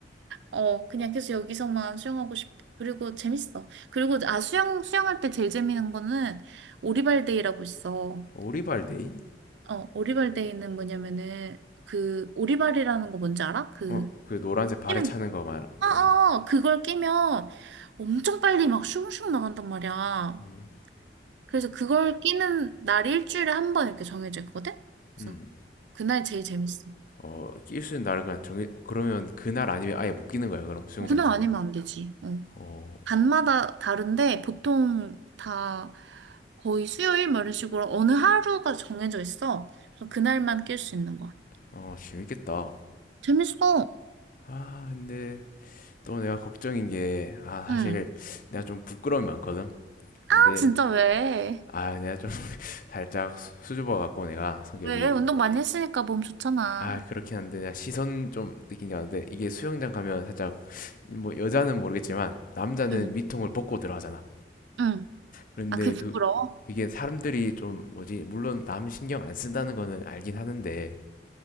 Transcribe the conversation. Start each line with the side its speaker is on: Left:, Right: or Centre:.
Right: 어, 그냥 계속 여기서만 수영하고 싶어. 그리고 재밌어. 그리고, 아, 수영, 수영할 때 제일 재밌는 거는 오리발데이라고 있어.
Left: 오리발데이?
Right: 어, 오리발데이는 뭐냐면은 그 오리발이라는 거 뭔지 알아? 그
Left: 어, 그 노란색 발에
Right: 끼는
Left: 차는 거 말한
Right: 어,
Left: 거
Right: 어,
Left: 아니야?
Right: 어. 그걸 끼면 엄청 빨리 막 슝슝 나간단 말이야.
Left: 음,
Right: 그래서 그걸 끼는 날이 일주일에 한 번 이렇게 정해져 있거든? 그래서
Left: 음.
Right: 그날 제일 재밌어.
Left: 어, 낄 수 있는 날을 그냥 정해, 그러면 그 날 아니면 아예 못 끼는 거야, 그럼 수영장에서
Right: 어, 그날 아니면
Left: 그럼.
Right: 안 되지. 어.
Left: 어,
Right: 반마다 다른데 보통 다 거의 수요일 뭐 이런 식으로 어느 하루가 정해져 있어. 그래서 그날만 낄 수 있는 거야.
Left: 어, 재밌겠다.
Right: 재밌어.
Left: 아, 근데 또 내가 걱정인 게, 아, 사실
Right: 응.
Left: 내가 좀 부끄러움이 많거든.
Right: 아,
Left: 근데
Right: 진짜 왜?
Left: 아 내가 좀 <laughs> 살짝 수- 수줍어 갖고 내가 성격이
Right: 왜? 운동 많이 했으니까 몸 좋잖아.
Left: 아 그렇긴 한데 내가 시선 좀 느낀 게 많은데 이게 수영장 가면 살짝 뭐 여자는 모르겠지만 남자는
Right: 응,
Left: 미통을 벗고 들어가잖아.
Right: 응.
Left: 그런데
Right: 아, 그게
Left: 그
Right: 부끄러워?
Left: 그게 사람들이 좀 뭐지 물론 남 신경 안 쓴다는 거는 알긴 하는데